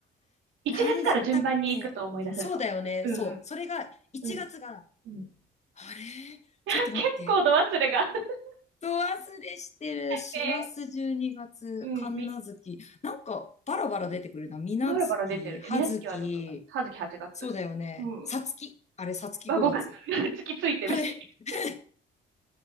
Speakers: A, on the right; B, on the left.
A: 1月から順番に行くと思い出せるかも。
B: ー。なんだったっけそうだよね。
A: うんうん
B: そう。それが、1月がつが
A: うん。うん。
B: あれちょっと待って。
A: <laughs> 結構度忘れが <laughs>
B: ど忘れしてる。師走12月、
A: ねえ。うん、
B: 神無月。
A: み、
B: なんか、バラバラ出てくるな。水無月、
A: バラバラ出てるね。
B: 葉月。
A: みなつきは6月、はずき8月。
B: そうだよね。
A: うん。
B: さつき。あれ、さつき5月。
A: は5月。<laughs> 月ついてるし。
B: あれ <laughs>